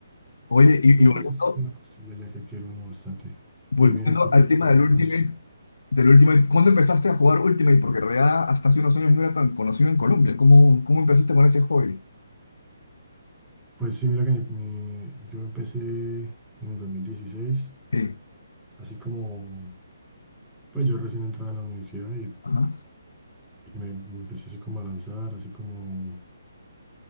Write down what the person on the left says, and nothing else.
Oye, y,
y volviendo,
volviendo
al tema
del
último, Del Ultimate, ¿cuándo empezaste a jugar Ultimate? Porque en realidad hasta hace unos años no era tan conocido en Colombia. ¿Cómo, cómo empezaste con ese hobby?
Sí,
ajá,